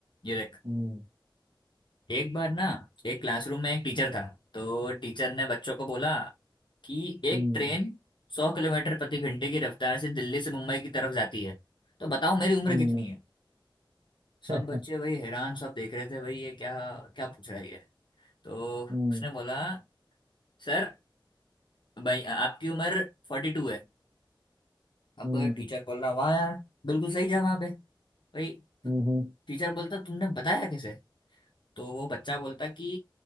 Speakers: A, on the left (about 65°); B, on the right (about 55°).
A: ये देख
B: हम्म
A: एक बार ना एक क्लासरूम में एक टीचर था तो टीचर ने बच्चों को बोला कि एक
B: हम्म
A: ट्रेन सौ किलोमीटर प्रति घंटे की रफ्तार से दिल्ली से मुंबई की तरफ जाती है तो बताओ मेरी उम्र
B: हम्म
A: कितनी है सब
B: <laughs>
A: बच्चे वही हैरान सब देख रहे थे भाई ये क्या क्या पूछ रहा है ये तो
B: हम्म
A: उसने बोला सर भाई आपकी उम्र फोर्टी टू है अब
B: हम्म
A: टीचर बोल रहा वाह यार बिल्कुल सही जवाब है भाई
B: हम्म
A: टीचर बोलता तुमने बताया कैसे तो वो बच्चा बोलता कि